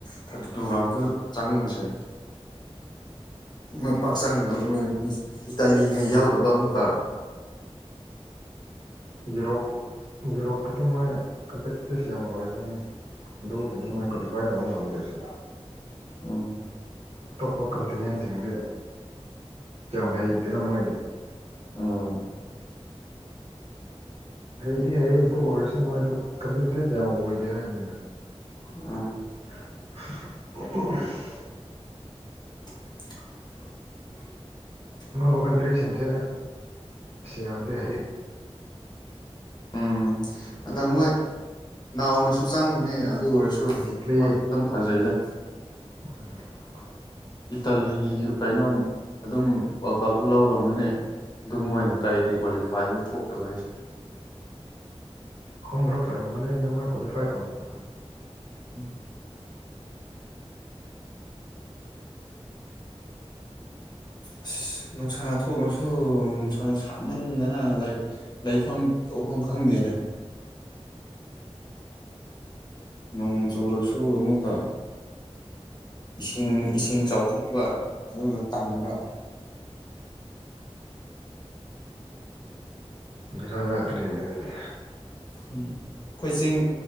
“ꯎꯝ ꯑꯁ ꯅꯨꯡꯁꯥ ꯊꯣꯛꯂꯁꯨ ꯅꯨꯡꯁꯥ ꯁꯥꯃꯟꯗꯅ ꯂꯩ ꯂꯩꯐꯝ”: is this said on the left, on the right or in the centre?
Left